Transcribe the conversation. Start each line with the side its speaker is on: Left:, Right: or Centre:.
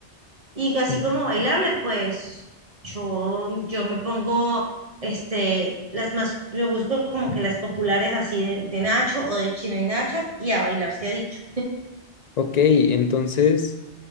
Right: Y así
Left: en-
Right: como bailable, pues yo, yo me pongo este, las más, yo busco como que las populares así de, de Nacho o de Chino y Nacho y a bailar se ha dicho.
Left: ok, entonces